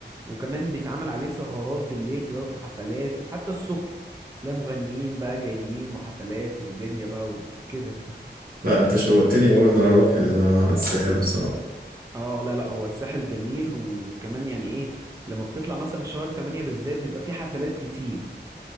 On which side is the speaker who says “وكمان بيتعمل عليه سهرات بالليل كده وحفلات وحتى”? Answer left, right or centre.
Right